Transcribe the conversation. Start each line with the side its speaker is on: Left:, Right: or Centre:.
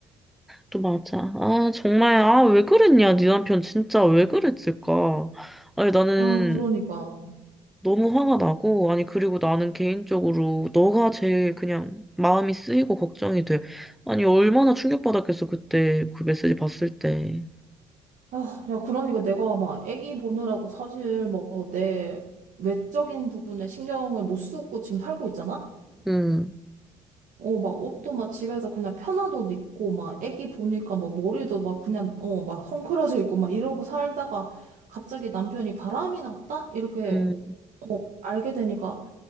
Centre: 또 맞아. 아, 정말, 아, 왜 그랬냐. 네 남편 진짜 왜 그랬을까. 아니, 나는
Right: 야, 그러니까.
Centre: 너무 화가 나고, 아니, 그리고 나는 개인적으로 너가 제일 그냥 마음이 쓰이고 걱정이 돼. 아니, 얼마나 충격받았겠어, 그때 그 메시지 봤을 때.
Right: 아, 야, 그러니까 내가 막 애기 보느라고 사실 뭐 내 외적인 부분에 신경을 못 쓰고 지금 살고 있잖아?
Centre: 음,
Right: 어, 막 옷도 막 집에서 그냥 편한 옷 입고, 막 애기 보니까 막 머리도 막 그냥, 어, 막 헝클어져 있고, 막 이러고 살다가 갑자기 남편이 바람이 났다? 이렇게
Centre: 음,
Right: 알게 되니까,